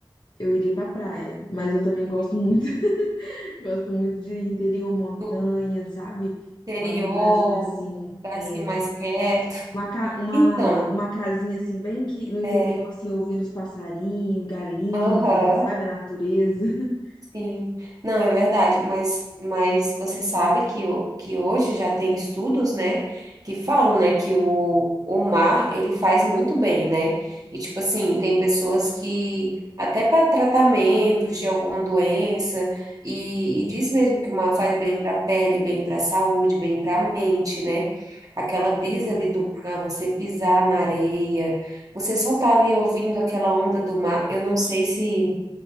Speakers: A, on the left; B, on the right.
A: eu iria para praia. Mas eu também
B: sim.
A: gosto muito, <laughs> gosto muito de interior, montanha,
B: Do
A: sabe?
B: interior,
A: Tá num lugarzinho assim
B: um lugarzinho
A: é,
B: mais quieto.
A: uma, ca- uma,
B: Então,
A: uma casinha assim, bem que no interior,
B: É,
A: assim, ouvindo os passarinhos, galinha,
B: aham,
A: sabe? A natureza. <laughs>
B: sim. Não, é verdade, mas, mas você sabe que, o- que hoje já tem estudos, né, que falam, né, que o, o mar, ele faz muito bem, né? E, tipo assim, tem pessoas que, até para tratamentos de alguma doença, e, e diz mesmo que o mar faz bem para a pele, bem para a saúde, bem para a mente, né? Aquela brisa
A: Sim.
B: ali do mar, você pisar na areia, você só tá ali ouvindo aquela onda do mar, eu não sei se